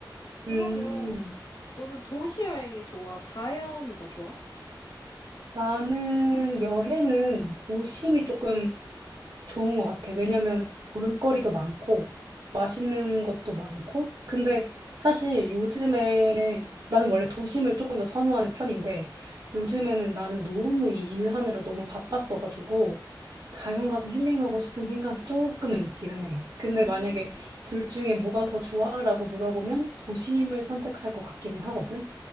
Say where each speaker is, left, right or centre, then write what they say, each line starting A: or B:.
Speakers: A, on the left; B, on the right.
A: 그러면
B: 음,
A: 너는 도시 여행이 좋아? 자연이 더 좋아?
B: 나는 여행은 오심이 조금 좋은 것 같아. 왜냐면 볼거리도 많고 맛있는 것도 많고. 근데 사실 요즘에 나는 원래 도심을 조금 더 선호하는 편인데 요즘에는 나는 너무 이 일하느라 너무 바빴어가지고 자연 가서 힐링하고 싶은 생각이 조금은 있기는 해. 근데
A: 음,
B: 만약에 둘 중에 뭐가 더 좋아라고 물어보면 도심을 선택할 것 같기는 하거든.